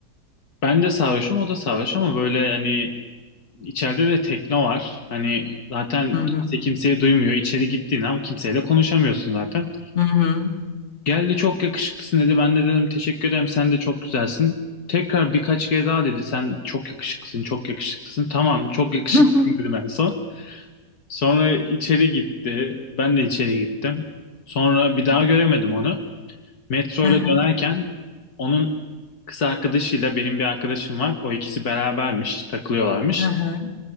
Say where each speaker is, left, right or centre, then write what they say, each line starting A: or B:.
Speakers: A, on the left (about 70°); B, on the left (about 45°).
A: ben de sarhoşum o da sarhoş ama böyle hani içeride de tekno var. Hani zaten
B: hı hı.
A: kimse kimseyi duymuyor. İçeri gittiğin an kimseyle konuşamıyorsun zaten.
B: Hı hı.
A: Geldi çok yakışıklısın dedi. Ben de dedim teşekkür ederim sen de çok güzelsin. Tekrar birkaç kere daha dedi sen çok yakışıklısın çok yakışıklısın. Tamam çok yakışıklısın
B: <laughs>
A: dedim en son. Sonra içeri gitti. Ben de içeri gittim. Sonra bir daha göremedim onu. Metroyla
B: Hı hı.
A: dönerken onun kız arkadaşıyla benim bir arkadaşım var. O ikisi berabermiş, takılıyorlarmış.
B: Hı hı.